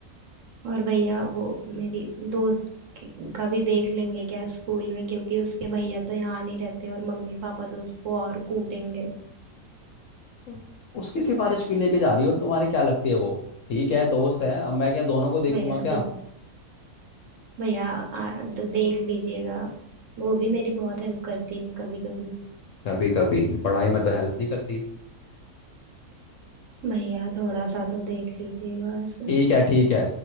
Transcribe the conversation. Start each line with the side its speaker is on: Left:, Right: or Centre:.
Right: और भैया वो मेरी दोस्त के- का भी देख लेंगे क्या स्कूल में क्योंकि उसके भैया तो यहाँ नहीं रहते और मम्मी पापा तो उसको और कूटेंगे
Left: हम्म। उसकी सिफारिश क्यों लेके जा रही हो तुम्हारी क्या लगती है वो ठीक है दोस्त है अब मैं क्या दोनों को देखूंगा
Right: भैया
Left: क्या
Right: दोस्त भैया आ, द- देख लीजिएगा वो भी मेरी बहुत हेल्प करती है कभी कभी
Left: कभी कभी पढ़ाई में तो हेल्प नहीं करती
Right: भैया थोड़ा सा तो देख लीजिएगा इसका
Left: ठीक है ठीक है